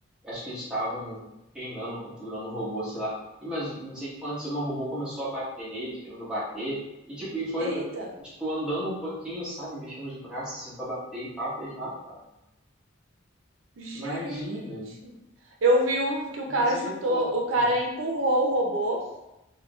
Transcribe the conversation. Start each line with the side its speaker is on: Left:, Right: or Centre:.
Centre: acho que eles estavam treinando, configurando um robô, sei lá. E, mas não sei o que aconteceu, mas o robô começou a bater neles, querendo bater. E, tipo, e foi,
Right: Eita.
Centre: tipo, andando um pouquinho, sabe? Mexendo os braços, assim, pra bater e tal. Eu falei, rapaz,
Right: Gente.
Centre: imagina.
Right: Eu vi um que o cara
Centre: Misericórdia.
Right: chutou, o cara empurrou o robô.